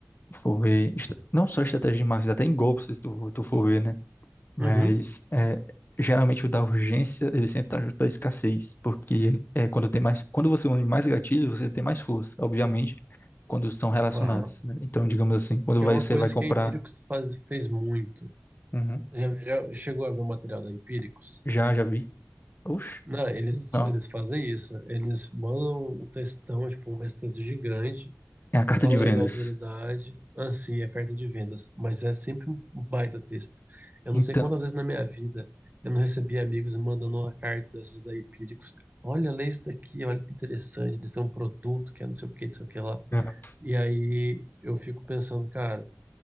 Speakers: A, on the left (about 45°); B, on the right (about 35°).
A: for ver, est- não só estratégia de marketing, até em golpes, se tu, tu for ver, né? Mas
B: Uhum.
A: é, geralmente o da urgência, ele sempre tá junto da escassez, porque é quando tem mais, quando você une mais gatilhos, você tem mais força, obviamente, quando são relacionados,
B: Aham.
A: né? Então, digamos assim, quando
B: Que é
A: vai,
B: uma
A: você
B: coisa
A: vai comprar,
B: que a Empíricos faz, fez muito.
A: Uhum.
B: Já, já chegou a ver o material da Empíricos?
A: já, já vi, oxe,
B: Não, eles,
A: não,
B: eles fazem isso. Eles mandam um textão, tipo, um texto gigante.
A: é a carta
B: Fala
A: de vendas.
B: aí da autoridade, anseia a carta de vendas, mas é sempre um baita texto. Eu não
A: Então,
B: sei quantas vezes na minha vida eu não recebi amigos me mandando uma carta dessas da Empíricos. Olha, lê isso daqui, olha que interessante, eles têm um produto que é não sei o que, não sei o que lá.
A: Uhum.
B: E aí eu fico pensando, cara,